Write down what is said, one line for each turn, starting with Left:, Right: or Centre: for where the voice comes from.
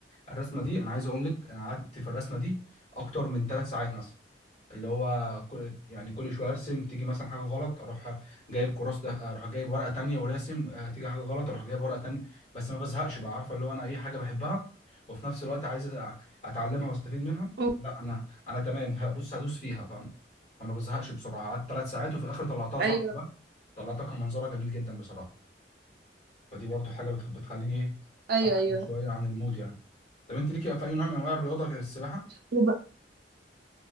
Left: الرسمه دي انا عايز اقول لك انا قعدت في الرسمه دي اكتر من ثلاث ساعات مثلا اللي هو كل يعني كل شويه ارسم تيجي مثلا حاجه غلط اروح جايب كراس ده اروح جايب ورقه تانية وراسم آه، تيجي حاجه غلط اروح جايب ورقه تانية بس ما بزهقش بقى عارفه اللي هو انا ايه حاجه بحبها وفي نفس الوقت عايز أ- اتعلمها واستفيد منها
Right: أو-
Left: لا انا انا تمام بص هدوس فيها فاهم فما بزهقش بسرعه قعدت ثلاث ساعات وفي الاخر طلعتها صح
Right: ايوه
Left: بقى طلعتها كان منظرها جميل جدا بصراحه فدي برضو حاجه بتخ- بتخليني ايه
Right: ايوه
Left: افصل
Right: ايوه
Left: شويه عن المود يعني طب انت ليكي في اي نوع من انواع الرياضه غير السباحه
Right: وب...